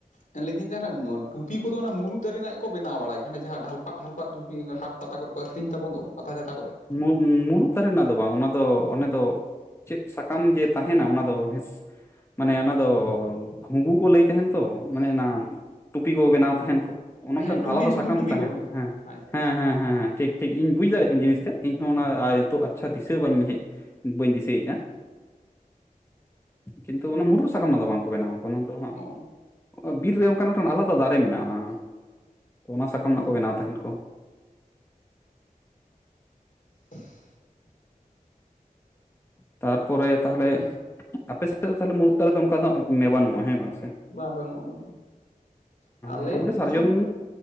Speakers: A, on the left (about 60°); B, on the left (about 15°).
A: ᱞᱟᱹᱭ ᱫᱟᱹᱧ ᱡᱟᱦᱟᱸ ᱴᱩᱯᱤ ᱠᱚᱫᱚ ᱚᱱᱟ ᱢᱩᱨᱩᱫ ᱫᱟᱨᱮ ᱨᱮᱱᱟᱜ ᱜᱮ ᱠᱚ ᱵᱮᱱᱟᱣ ᱵᱟᱲᱟᱭ ᱜᱮᱭᱟ ᱡᱟᱦᱟᱸ ᱰᱷᱟᱞᱯᱟᱜ ᱰᱷᱟᱞᱯᱟᱜ ᱴᱩᱯ ᱦᱩᱸ ᱦᱟᱴ ᱯᱟᱛᱟ ᱠᱚᱨᱮᱜ ᱠᱚ ᱟᱠᱨᱤᱧ ᱛᱟᱵᱚᱱ ᱫᱚ ᱯᱟᱛᱟ ᱪᱷᱟᱛᱟ ᱠᱚᱨᱮᱫ
B: ᱢᱩᱡ ᱢᱩᱨᱩᱫ ᱫᱟᱨᱮᱱᱟᱜ ᱫᱚ ᱵᱟᱝ ᱚᱱᱟ ᱫᱚ ᱚᱱᱟ ᱫᱚ ᱪᱮᱫ ᱥᱟᱠᱟᱢ ᱡᱮ ᱛᱟᱦᱮᱱᱟ ᱚᱱᱟ ᱫᱚ ᱢᱟᱱᱮ ᱚᱱᱟ ᱫᱚ ᱜᱷᱩᱸᱜᱩ ᱠᱚ ᱞᱟᱹᱭ ᱛᱟᱦᱮᱱ ᱛᱚ ᱚᱱᱮ ᱚᱱᱟ ᱴᱩᱯᱤ ᱠᱚ ᱵᱮᱱᱟᱣ ᱛᱟᱦᱮᱱ ᱠᱚ ᱚᱱᱟ ᱢᱤᱫᱴᱮᱱ
A: ᱦᱮᱸ ᱴᱩᱯᱤ
B: ᱟᱞᱟᱫᱟ
A: ᱥᱩᱫᱷᱩ
B: ᱥᱟᱠᱟᱢ
A: ᱴᱩᱯᱤ
B: ᱛᱟᱦᱮᱱ
A: ᱠᱚ ᱵᱮᱱᱟᱣ
B: ᱦᱮᱸ
A: ᱟᱪᱪᱷᱟ
B: ᱦᱮᱸ
A: ᱟᱪᱪᱷᱟ ᱟᱪᱪᱷᱟ
B: ᱦᱮᱸ ᱦᱮᱸ ᱴᱷᱤᱠ ᱴᱷᱤᱠ ᱤᱧ ᱵᱩᱡᱽ ᱫᱟᱲᱮᱜ ᱠᱟᱹᱱᱤᱧ ᱡᱤᱱᱤᱥ ᱛᱮᱫ ᱤᱧᱦᱚᱸ ᱚᱱᱟ ᱱᱤᱛᱚᱜ ᱟᱪᱪᱷᱟ ᱫᱤᱥᱟᱹ ᱵᱟᱹᱧ ᱦᱮᱡ ᱵᱟᱹᱧ ᱫᱤᱥᱟᱹᱭᱮᱜ-ᱟ ᱠᱤᱱᱛᱩ ᱚᱱᱟ ᱢᱩᱨᱩᱜ ᱥᱟᱠᱟᱢ ᱫᱚ ᱵᱟᱝᱠᱚ ᱵᱮᱱᱟᱣᱟ ᱚᱱᱟ ᱫᱚ ᱦᱟᱸᱜ
A: ᱚ
B: ᱵᱤᱨ ᱨᱮ ᱚᱱᱠᱟᱱ ᱢᱤᱫᱴᱟᱝ ᱟᱞᱟᱫᱟ ᱫᱟᱨᱮ ᱢᱮᱱᱟᱜᱼᱟ ᱚᱱᱟ ᱚᱱᱟ ᱥᱟᱠᱟᱢ ᱨᱮᱱᱟᱜ
A: ᱚ
B: ᱠᱚ ᱵᱮᱱᱟᱣ ᱛᱟᱦᱮᱱ ᱠᱚ
A: <inaudible>
B: ᱛᱟᱨᱯᱚᱨᱮ ᱛᱟᱦᱞᱮ ᱟᱯᱮ ᱥᱮᱫ ᱫᱚ ᱛᱟᱦᱚᱞᱮ ᱢᱩᱬᱩᱫ ᱫᱟᱨᱮ ᱫᱚ ᱚᱱᱠᱟ ᱫᱚ ᱢᱮ ᱵᱟᱱᱩᱜᱼᱟ ᱦᱮᱸ ᱵᱟᱝ ᱥᱮ
A: ᱵᱟᱝ ᱵᱟᱹᱱᱩᱜᱼᱟ ᱵᱟᱹᱱᱩᱜᱼᱟ ᱟᱞᱮ
B: ᱢᱚᱴᱟᱢᱩᱴᱤ ᱥᱟᱨᱡᱚᱢ
A: ᱫᱤᱥᱚᱢ